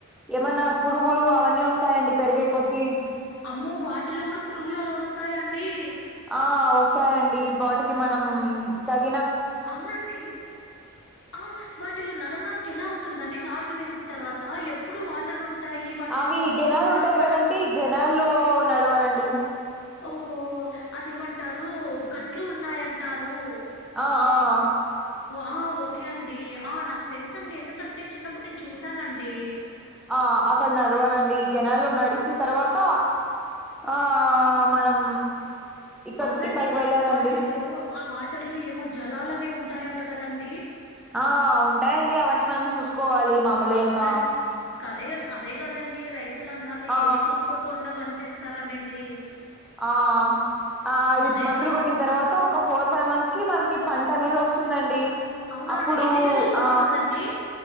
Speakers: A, in the centre; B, on the left.
A: ఏమన్నా పురుగులు అవన్నీ వస్తాయండి పెరిగే కొద్ది
B: అమ్మో వాటిలో కూడా పురుగులు అలా వస్తాయిండి
A: ఆ వస్తాయండి బాటికి మనం తష్
B: అవునండి ఆ వాటిలో నడవడానికి ఎలా అవుతుందని నాట్లు వేసిన తర్వాత ఎప్పుడు వాటర్ ఉంటాయి. వాటిని
A: అవి
B: తొక్కకుండా
A: గెనాలు ఉంటాయి
B: మనం
A: కదండీ గెనాల్లో నడవాలండి
B: ఓహో అదేమంటారు గట్లు ఉన్నాయంటారు
A: ఆ ఆ
B: ఆ ఓకే అండి ఆ నాకు తెలుస అండి ఎందుకంటే చిన్నప్పుడు నేను చూసానండి
A: ఆ అక్కడ నడవాలండి ఈ గనాల్లో నడిసిన తర్వాత ఆ ఆ మనం ఇక్కడ
B: అవునండి
A: ఇక్కడికి వెళ్ళాలండి
B: వాటిలో ఆ వాటర్ లో ఏమో జలాలని ఉంటాయంట కదండి
A: ఆ ఉంటాయంండి అవన్నీ మనం చూసుకోవాలి మామూలే
B: అవునండి.
A: ఇంకా
B: ఇంక అదే అదే కదండి రైతులు అన్నాక
A: ఆ
B: ఏమి చూసుకోకుండా పని చేేస్తారు అనేది
A: ఆ ఆ అది
B: అదైతే
A: మందులు కొట్టిన తర్వాత ఒక ఫోర్ ఫైవ్ మంత్స్ కి మనకి పన్ట్ అనేది వస్తుందండి
B: అవునా
A: అప్పుడు
B: అండి? ఎన్ని నెలలకొస్తుందండి?
A: ఆ